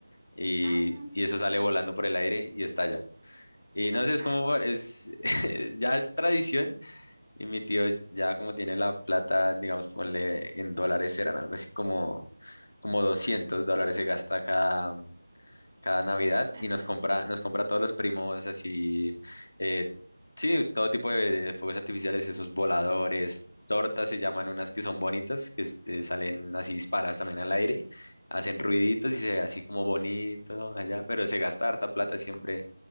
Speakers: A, on the left; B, on the right.
A: y,
B: Ah, sí,
A: y eso
B: sí.
A: sale volando por el aire y estalla. Y no sé,
B: Claro.
A: es como, por- es, <laughs> ya es tradición y mi tío ya como tiene la plata, digamos, ponle en dólares, serán algo así como, como 200 dólares se gasta cada, cada Navidad
B: <laughs>
A: y nos compra, nos compra a todos los primos así, eh, sí, todo tipo de, de fuegos artificiales, esos voladores, tortas se llaman unas que son bonitas, que este, salen así disparadas también al aire, hacen ruiditos y se ve así como bonito allá, pero se gasta harta plata siempre